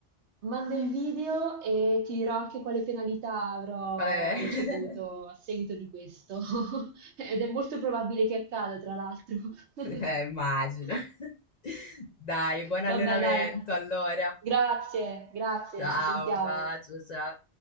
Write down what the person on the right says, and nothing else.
Manda il video e ti dirò anche quale penalità avrò
ricevuto a seguito di questo. <laughs> Ed è molto probabile che accada, tra l'altro. <laughs>
Vabbè, dai.
Grazie, grazie,
ci sentiamo.